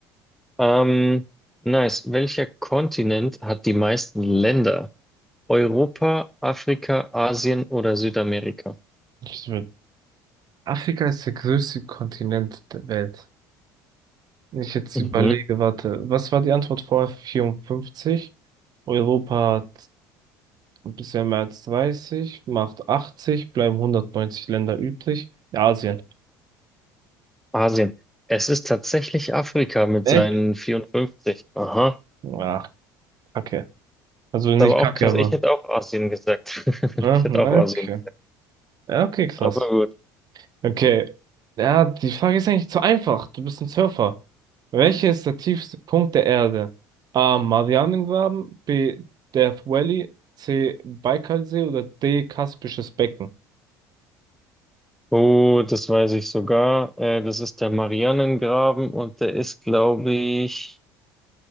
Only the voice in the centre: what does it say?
Ähm, nice. Welcher Kontinent hat die meisten Länder? Europa, Afrika, Asien oder Südamerika?
Mhm.
Asien. Es ist tatsächlich Afrika mit
seinen 54. Aha. Ist
aber
auch krass.
Ich hätte auch Asien gesagt. <laughs>
Ich hätte auch Asien.
Aber gut.
Oh, das weiß ich sogar. Äh, das ist der Marianengraben und der ist, glaube ich,